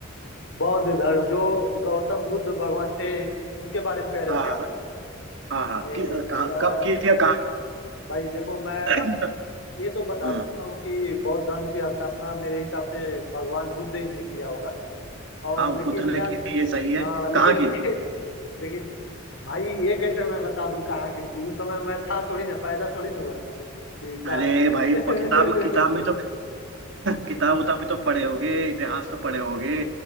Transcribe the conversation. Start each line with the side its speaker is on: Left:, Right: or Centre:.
Left: बौद्ध धर्म जो गौतम बुद्ध भगवान थे उनके बारे में कह रहे
Right: हाँ
Left: हो क्या
Right: हाँ हाँ
Left: एक,
Right: कि, कहाँ
Left: अ,
Right: कब की थी और कहाँ की
Left: भाई देखो मैं
Right: थी
Left: ये तो बता
Right: हम्म
Left: सकता हूँ कि बौद्ध धर्म की स्थापना मेरे हिसाब से भगवान बुद्ध ही ने किया होगा और
Right: हाँ
Left: लेकिन
Right: बुद्ध
Left: यार
Right: ने की थी ये सही है
Left: हाँ लेकिन
Right: कहाँ की
Left: <laughs>
Right: थी
Left: लेकिन भाई ये कैसे मैं बता दूँ कहाँ की थी उस समय मैं था थोड़ी ना पैदा थोड़ी ना हुआ था कि कहाँ
Right: अरे
Left: की थी
Right: भाई प- किताब किताब
Left: <laughs>
Right: में तो किताब उताब भी तो पढ़े होगे इतिहास तो पढ़े होगे